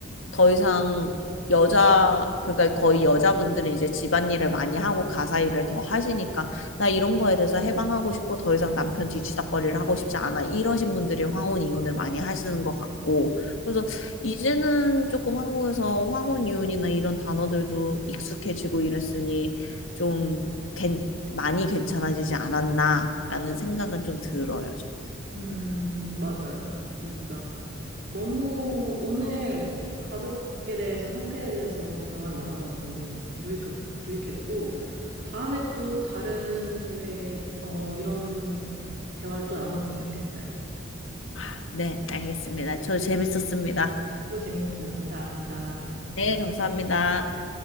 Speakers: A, on the left; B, on the right.
A: 더 이상 여자 그러니까 거의 여자분들이 이제 집안일을 많이 하고 가사 일을 더 하시니까 나 이런 거에 대해서 해방하고 싶고 더 이상 남편 뒤치다꺼리를 하고 싶지 않아 이러신 분들이 황혼 이혼을 많이 하시는 것 같고 그래서 이제는 조금 한국에서 황혼 이혼이나 이런 단어들도 익숙해지고 이랬으니 좀 괜, 많이 괜찮아지지 않았나라는 생각은 좀 들어요. 저는.
B: 음, 맞아요. 진짜. 너무 오늘 가족에 대해서 형태에 대해서 대화를 나눠봐서 너무 유익하, 유익했고, 다음에 또 다른 기회에 어, 이런 대화를 또 나눠봤으면 좋겠어요.
A: 아, 네, 알겠습니다. 저도 재밌었습니다.
B: 또 재밌었어요. 감사합니다.
A: 네, 감사합니다.